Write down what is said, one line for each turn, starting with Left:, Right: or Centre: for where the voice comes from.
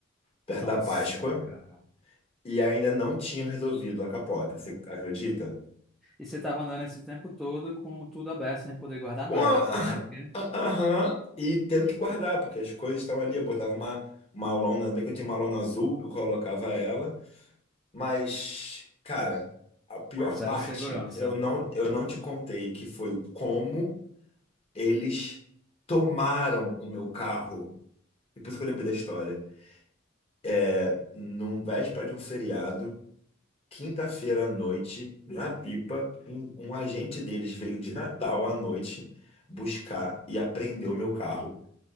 Left: perto
Centre: Nossa,
Left: da Páscoa
Centre: cara.
Left: e ainda não tinham resolvido a capota, você acredita?
Centre: E você tava andando esse tempo todo com tudo aberto, sem poder guardar
Left: Com
Centre: nada
Left: a,
Centre: atrás, né?
Left: <laughs>
Centre: Porque
Left: a- aham, e tendo que guardar, porque as coisas estão ali. Eu botava uma, uma lona, ainda bem que eu tinha uma lona azul, eu colocava ela, mas, cara, a pior
Centre: zero
Left: parte,
Centre: segurança.
Left: eu não, eu não te contei, que foi como eles tomaram o meu carro. E por isso que eu lembrei da história. É, num véspera de um feriado. Quinta-feira à noite, na Pipa, um, um agente deles veio de Natal à noite buscar e apreendeu meu carro,